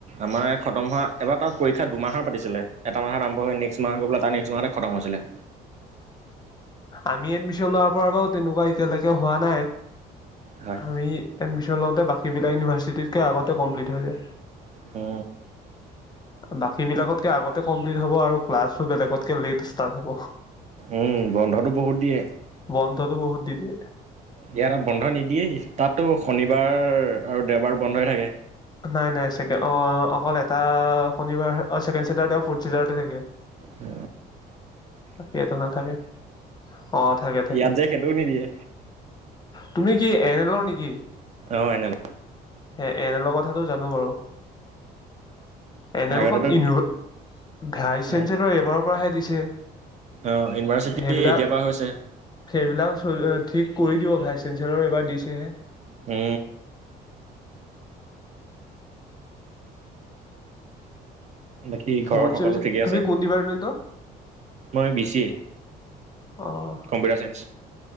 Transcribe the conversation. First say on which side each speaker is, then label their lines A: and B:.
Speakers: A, on the right; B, on the left.
A: আমাৰ খতম হোৱা এবাৰ তাত পৰীক্ষা দুমাহৰ পাতিছিলে। এটা মাহত আৰম্ভ হৈ হয় নেক্সট মাহ হৈ গৈ পেলাই তাৰ নেক্সট মাহতহে খতম হৈছিলে।
B: আমি এডমিচন লোৱাৰ পৰা বাৰু তেনেকুৱা এতিয়ালৈকে হোৱা নাই।
A: হয়,
B: আমি এডমিছন লওঁতে বাকী সেইবিলাক ইউনিভাৰ্চিটিতকৈ আগতে কমপ্লিট হৈ যায়।
A: অ
B: বাকী বিলাকতকে আগতে কমপ্লিট হব আৰু ক্লাছো বেলেগতকে লেট ষ্টাৰ্ট হব।
A: উম, বন্ধটো বহুত দিয়ে।
B: বন্ধটো বহুত দি দিয়ে
A: ইয়াত আমাক বন্ধ নিদিয়েই। তাতো শনিবাৰ আৰু দেওবাৰ বন্ধই থাকে
B: নাই নাই ছাগে। অ, অকল এটা শনিবাৰ অ ছেকেন চেতাৰদে আৰু ফৰ্ট চেতাৰদে থাকে।
A: অ।
B: বাকীটো নাথাকে। অ থাকে, থাকে।
A: ইয়াত যে সেইটোও নিদিয়ে
B: তুমি কি এন এলৰ নেকি?
A: অ এনেল
B: হে এনে লৰ কথাটো জানো বাৰু। এনেলখন
A: আগতেতো
B: ইউনিভাৰ ভাইচ চেঞ্চেলৰ
A: অ
B: এইবাৰৰ পৰাহে দিছে। এ এ <unintelligible>
A: অ ইউনিভাৰ্চিটি
B: সেইবিলাক,
A: এতিয়াৰ পৰা হৈছে
B: সেইবিলাক চব ঠিক কৰি দিব, ভাইচ চেঞ্চেলৰ এইবাৰ দিছেহে।
A: হু। বাকী
B: ফৰ্থ
A: ঘৰৰ সকলো
B: চেমিষ্টাৰ
A: ঠিকে আছে?
B: তুমি কোন ডিপাৰ্টমেণ্টৰ
A: মই বি চি এ,
B: অঁ
A: কম্পিউটাৰ চাইন্স।